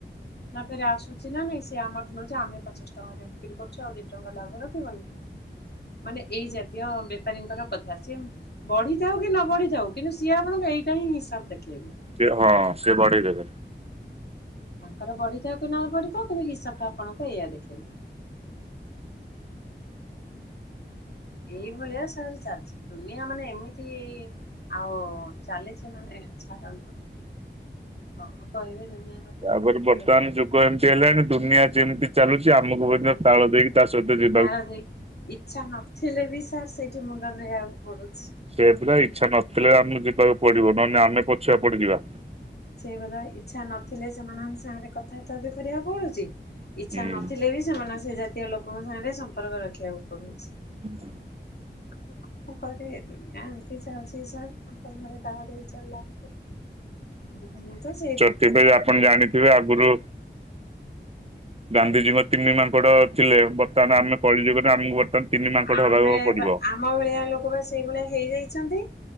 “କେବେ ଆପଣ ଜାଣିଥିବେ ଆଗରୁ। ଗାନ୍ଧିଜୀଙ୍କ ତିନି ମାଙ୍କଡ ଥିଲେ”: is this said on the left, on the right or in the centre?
Right